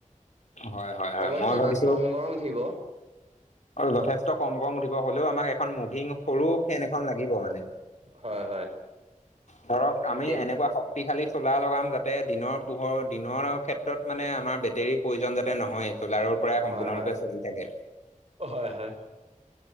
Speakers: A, on the left; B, on the right.
A: হয় হয় হয়
B: অৱশ্যে
A: মই ভাবিছোঁ।
B: তাত কম গৰম উঠিব
A: যথেষ্ট কম কম উঠিব হ'লেও আমাৰ এখন মুভিং সৰু, ফেন এখন লাগিব মানে
B: হয় হয়
A: ধৰক আমি
B: তে
A: এনেকুৱা শব্দ পি খালি চোলা লগাম যাতে দিনৰ পোহৰ দিনৰ। ক্ষেত্ৰত মানে আমাৰ বেটেৰীৰ প্ৰয়োজন যাতে নহয়েই চ'লাৰৰ, প্ৰায় সম্পূৰ্ণৰূপে
B: হয় হয়
A: চলি থাকে
B: হয় হয়